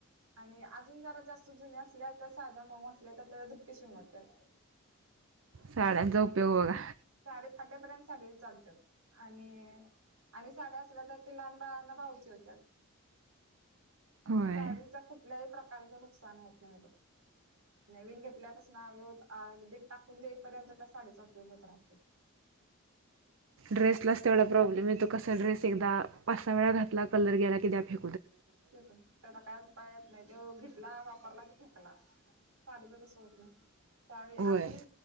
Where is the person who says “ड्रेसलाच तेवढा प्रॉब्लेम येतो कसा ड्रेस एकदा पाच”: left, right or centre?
Right